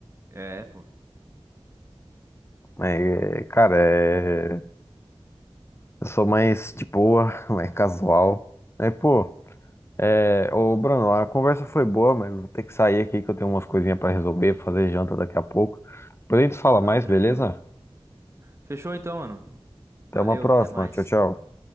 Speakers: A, on the right; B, on the left.
A: É, pô.
B: Mas, é, cara, é. Eu sou mais de boa, <laughs> mais casual. Aí, pô, é, ô Bruno, a conversa foi boa, mas vou ter que sair aqui que eu tenho umas coisinhas pra resolver, fazer janta daqui a pouco. Depois a gente fala
A: Ah,
B: mais,
A: tranquilo.
B: beleza?
A: Fechou então, mano.
B: Até
A: Valeu,
B: uma próxima.
A: até mais.
B: Tchau, tchau.